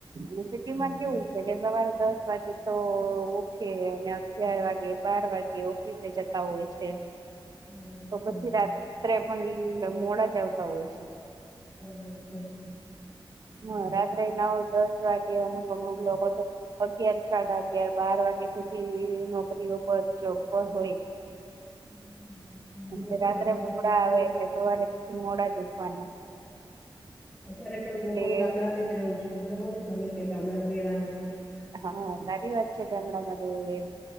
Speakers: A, on the right; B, in the centre.
A: અને સિટીમાં
B: વાત
A: કેવું છે કે સવારે દસ વાગે તો ઉઠે અને અગિયાર વાગે બાર વાગે ઓફિસે જતા હોય છે.
B: બરાબર
A: તો પછી
B: છે
A: રાત્રે પણ મોડા જ આવતા હોય છે.
B: હમ્મ હમ્મ
A: હા રાત્રે નવ દસ વાગે અમુક અમુક લોકો તો અગિયાર સાડા અગિયાર બાર વાગ્યા સુધી નોકરીઓ પર જોબ પર હોય
B: મને
A: કેમકે
B: તો
A: રાત્રે
B: ગામડામાં
A: મોડા
B: રહેવાનું
A: આવે
B: બહુ
A: એટલે
B: જ ગમે
A: સવારે પછી મોડા જ ઉઠવાના
B: અત્યારે પણ
A: એટલે
B: હું પણ ગામડા જ રહું છું મને બઉ જ ગમે છે ગામડામાં રહેવાનું.
A: હા સારી વાત છે ગામડામાં જેવું